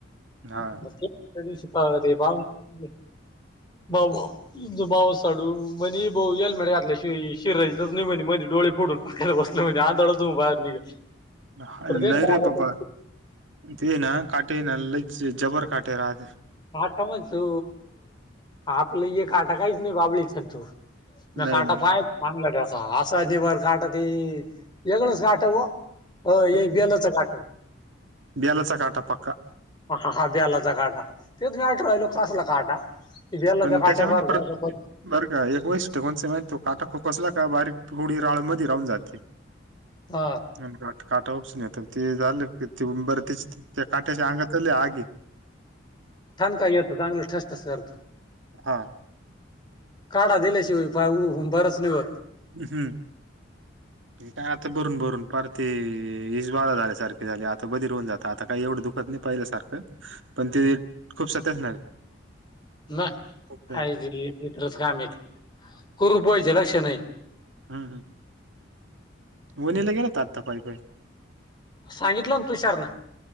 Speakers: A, on the right; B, on the left.
A: हा
B: म ते त्या दिवशी पा ते पावणे भाव भाऊ तुमचं मावस साडू म्हणे भाऊ हेल्मेट घातल्याशिवाई शिरायचंयचं नाही म्हणे मधी डोळे फोडून बसलं म्हणजे आंधळच होऊन बाहेर निघल.
A: <inaudible> हा
B: परत ये
A: नैरे
B: ना
A: बाबा तेना काटेना लयच जबर काटे रहाते.
B: आठा मचो आपलं एक आटा काहीच नाही बाबळीचान तो न
A: नाही
B: काटा
A: नाही नाही
B: पाय चांगलं घासा असा जी वर काट ते एगळच काट व हो ये
A: हम्म
B: बेलचं काटय
A: बेलाचा काटा पक्का
B: हा हा हा ब्यालाचा काटा तेच गठ राहिलो कासला काटा ते बेल्याचा
A: पण त्याच्यामध्ये
B: काट्यासारखं
A: परत
B: असं
A: बरं का एक वैशिष्ट्य कोणचय माहिते तो काटा खोपसला का बारीक रुडी राळ मधी राहून जाते.
B: आ
A: अन काट काटा उपसून येत न ते झालं बर तेच त्या काट्याच्या अंगातच लय आगय
B: ठणका घेत चांगलं ठस ठस करत.
A: हा
B: काढा दिल्याशिवाय पाय ऊ हुंबाराच नाही होत.
A: अ हम्म ही काय आता भरून भरून पार ते ईशबाधा झाल्यासारखे झाली आता बधीर होऊन जात आता काय एवढं दुःख पदनी पाहिल्या सारखं पण ते खूप साती असणारे
B: ना
A: <unintelligible>
B: आहे ते मित्रच कामीत कुरुप वयचे लक्षनय
A: हम्म हम्म वणीला गेलाता आत्ता पायी पायी
B: सांगितलं तुषारन